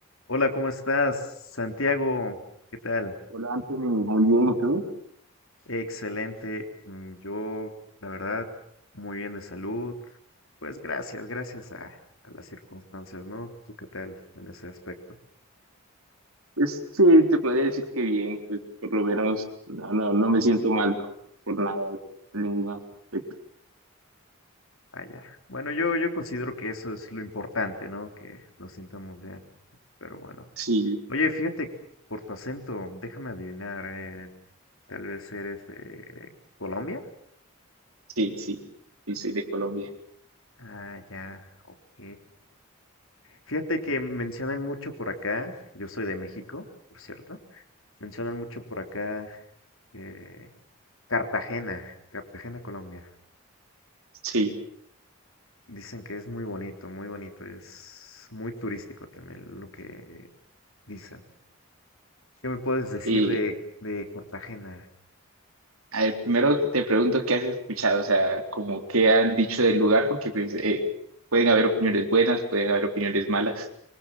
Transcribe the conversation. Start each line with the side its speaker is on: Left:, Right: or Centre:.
Left: Hola, ¿cómo estás? Santiago, ¿qué tal?
Right: Hola Anthony, muy bien, ¿y tú?
Left: Excelente. mm, Yo, la verdad, muy bien de salud. Pues gracias, gracias a, a las circunstancias, ¿no? ¿Tú qué tal en ese aspecto?
Right: Pues sí, te podría decir que bien, pues por lo menos no, no, no me siento mal por, por nada, en ningún aspecto.
Left: Vaya. Bueno, yo, yo considero que eso es lo importante, ¿no? Que nos sintamos bien. Pero bueno.
Right: Sí,
Left: Oye, fíjate, por tu acento, déjame adivinar, eh, tal vez eres de Colombia.
Right: sí, sí, sí, soy de Colombia.
Left: Ah, ya, ok. Fíjate que mencionan mucho por acá, yo soy de México, por cierto, mencionan mucho por acá eh, Cartagena, Cartagena, Colombia.
Right: Sí,
Left: Dicen que es muy bonito, muy bonito, es muy turístico también lo que dicen. ¿Qué me puedes decir
Right: y
Left: de, de Cartagena?
Right: a ver, primero te pregunto qué has escuchado, o sea, como qué han dicho del lugar, porque pues eh, pueden haber opiniones buenas, pueden haber opiniones malas.